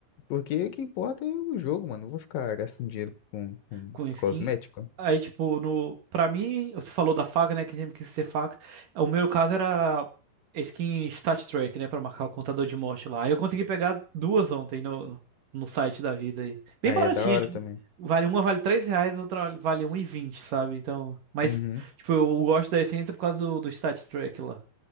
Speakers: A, on the left; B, on the right.
A: porque o que importa é o jogo, mano. Não vou ficar gastando dinheiro com, com
B: com skin.
A: cosmético.
B: Aí, tipo, no, pra mim, você falou da faca, né? Que sempre quis ser faca. O meu caso era skin Stat Track, né? Pra marcar o contador de morte lá. Aí eu consegui pegar duas ontem no, no site da vida aí. Bem
A: Aí
B: baratinha,
A: é da hora
B: tipo,
A: também.
B: vale uma vale 3 reais, outra vale um e vinte sabe? Então, mas,
A: Uhum.
B: tipo, eu gosto da essência por causa do, do Stat Track lá.